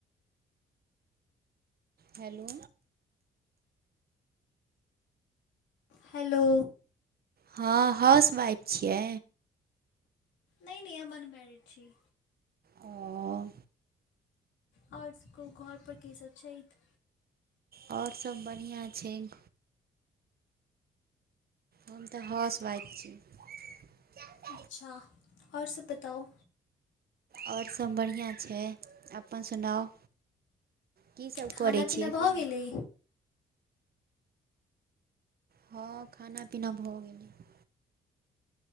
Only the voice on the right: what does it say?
हेलो।
हां हाउस वाइफ छियै।
ओ,
और सब बढ़िया छैय। हम तै हाउस वाइफ छीयै।
और सब बढ़िया छै, अपन सुनाउ। की सब
करय
छियै अखन।
हां खाना-पीना भ गेलय।